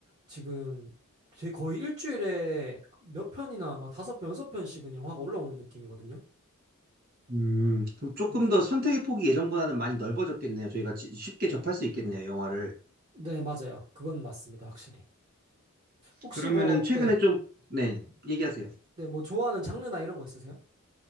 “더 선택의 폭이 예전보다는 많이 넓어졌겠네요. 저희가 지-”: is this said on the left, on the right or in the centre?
Right